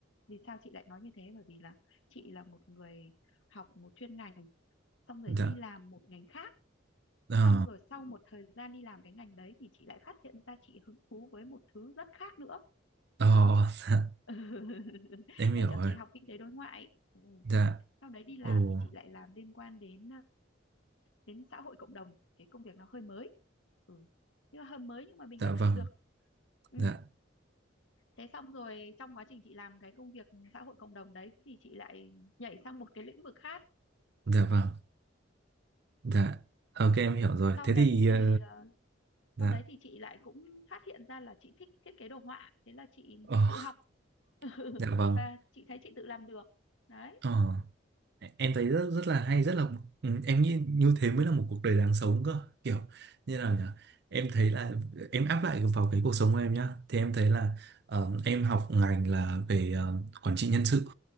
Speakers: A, on the left (about 85°); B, on the right (about 60°).
A: vì sao chị lại nói như thế bởi vì là chị là một người học một chuyên ngành xong rồi
B: dạ
A: đi làm một ngành khác
B: ờ
A: xong rồi sau một thời gian đi làm cái ngành đấy thì chị lại phát hiện ra chị hứng thú với một thứ rất khác nữa
B: ờ
A: đó
B: <laughs> dạ
A: <laughs>
B: em hiểu
A: ngày trước
B: rồi
A: chị học kinh tế đối ngoại ừ.
B: dạ
A: sau đấy đi làm
B: ồ
A: thì chị lại làm liên quan đến ờ, đến xã hội cộng đồng cái công việc nó hơi mới ừ. nhưng mà hơi mới nhưng mà mình
B: dạ
A: vẫn
B: vâng
A: học được ừ.
B: dạ
A: thế xong rồi trong quá trình chị làm cái công việc xã hội cộng đồng đấy thì chị lại nhảy sang một cái lĩnh vực khác
B: dạ vâng Dạ, ok em hiểu rồi.
A: sau
B: Thế
A: đấy
B: thì
A: thì
B: ờ,
A: ờ,
B: dạ,
A: sau đấy thì chị lại cũng phát hiện ra là chị thích thiết kế đồ họa thế là chị
B: Ờ,
A: tự học <laughs>
B: dạ vâng.
A: và chị thấy chị tự làm được đấy
B: Ờ, em thấy rất rất là hay, rất là ừ, em nghĩ như thế mới là một cuộc đời đáng sống cơ. Kiểu như nào nhỉ? Em thấy là em áp lại vào cái cuộc sống của em nhá. Thì em thấy là ờ, em học ngành là về ờ, quản trị nhân sự.